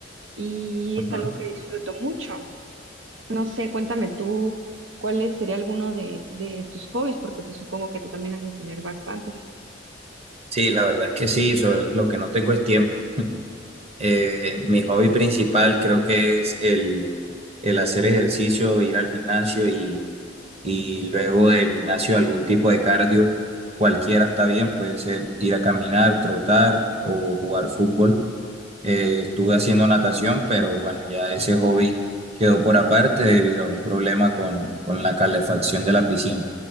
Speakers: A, on the right; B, on the right.
A: y
B: ujú.
A: es algo que disfruto mucho. No sé, cuéntame tú, ¿cuál sería alguno de, de tus hobbies? Porque pues supongo que tú también has de tener bastantes.
B: Sí, la verdad es que sí, eso, lo que no tengo es tiempo. Eh, mi hobby principal creo que es el, el hacer ejercicio, ir al gimnasio y, y luego del gimnasio algún tipo de cardio, cualquiera está bien, puede ser ir a caminar, trotar o jugar fútbol. Eh, estuve haciendo natación, pero bueno, ya ese hobby quedó por aparte debido a un problema con, con la calefacción de la piscina.